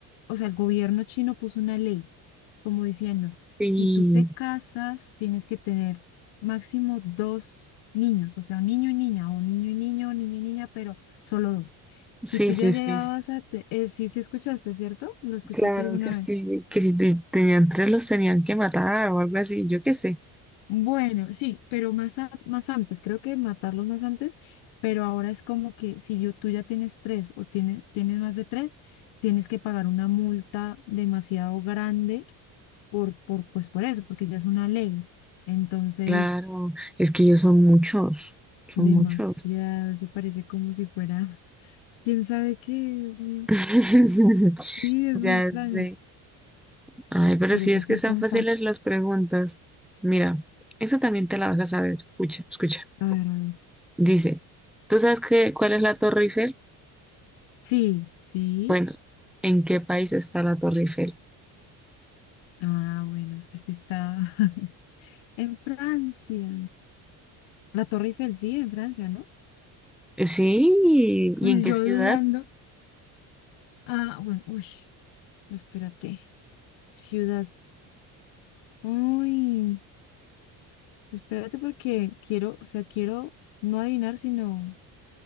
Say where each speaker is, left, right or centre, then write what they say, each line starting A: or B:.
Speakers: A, on the left; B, in the centre.
A: o sea, el gobierno chino puso una ley como diciendo,
B: Sí,
A: si tú te casas, tienes que tener máximo dos niños, o sea, un niño y niña, o niño y niño, o niña y niña, pero solo dos. Si
B: sí,
A: tú
B: sí,
A: ya llegabas
B: sí.
A: a, te- eh, sí, sí escuchaste, ¿cierto? ¿Lo escuchaste
B: Claro
A: alguna
B: que sí.
A: vez?
B: Que si te- tenían tres los tenían que matar o algo así, yo qué sé.
A: Bueno, sí, pero más, a- más antes, creo que matarlos más antes, pero ahora es como que si yo, tú ya tienes tres o tiene, tienes más de tres, tienes que pagar una multa demasiado grande por, por, pues por eso, porque ya es una ley. Entonces,
B: Claro, es que ellos son muchos, son
A: demasiado,
B: muchos.
A: eso parece como si fuera, <laughs> quién sabe qué, Dios mío.
B: <laughs>
A: Sí, es muy
B: Ya
A: extraño,
B: sé. Ay, pero
A: pero
B: si
A: sí,
B: es
A: eso
B: que están
A: fue un
B: fáciles
A: fact.
B: las preguntas. Mira, eso también te la vas a saber. Escucha, escucha.
A: A ver, a ver.
B: Dice, ¿tú sabes qué, cuál es la Torre Eiffel?
A: Sí, sí.
B: Bueno, ¿en qué país está la Torre Eiffel?
A: Ah, bueno, sí, sí está <laughs> en Francia. La Torre Eiffel, sí, en Francia, ¿no?
B: Sí, ¿y
A: Pues
B: en qué
A: yo
B: ciudad?
A: dudando. Ah, bueno, uy, espérate. Ciudad. Uy, espérate porque quiero, o sea, quiero no adivinar, sino